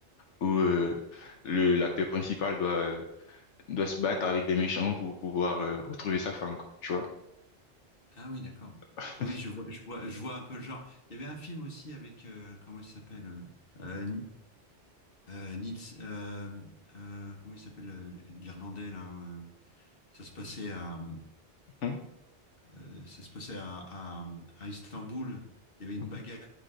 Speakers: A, on the left; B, on the left.
A: où euh, le l'acteur principal doit euh, doit se battre avec des méchants pour pouvoir euh, retrouver sa femme, quoi, tu vois.
B: Ah oui, d'accord.
A: <laughs>
B: Oui, je vois, je vois, je vois un peu le genre. Il y avait un film aussi avec euh, comment il s'appelle euh, euh, Ni- euh, Nils, euh, euh, comment il s'appelle euh, l'Irlandais là. euh, ça se passait à
A: Mhm.
B: euh, ça se passait à, à, à, Istanbul. Il y avait une
A: Mhm.
B: bagarre